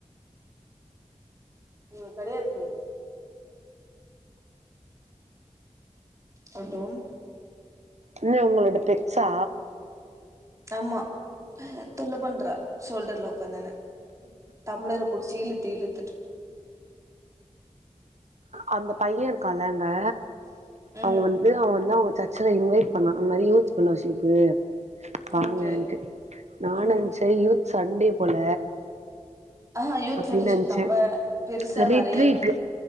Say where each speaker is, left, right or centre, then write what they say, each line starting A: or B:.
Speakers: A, on the right; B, on the right.
A: உம் கெடையாதுமே ஒரு டோன்
B: என்ன ஒங்களோட பெட்சா
A: ஆமா ஹ தொல்ல பண்றா சோல்டர்ல உட்காந்துனு தம்டளர புடிச்சு இழுத்து இழுத்துட்டு
B: அந்த பையேன் இருக்கால்லேங்கே
A: ம்
B: அவுங்க வந்து அவ வந்து அவுங்க சர்ச் சுல இன்வைட் பண்ணா அந்த மாரி யூத் பண்ணசீப்பு வாங்கன்ட்டு
A: ஓகே
B: நா
A: ம்
B: நென்சே யூத் சண்டே போல
A: ஆ யூத்
B: அப்டின்னு
A: ஃபெலோஷிப்
B: நெனைச்சே
A: நம்ப பெருசா
B: ரிட்டிக்கு
A: நெறைய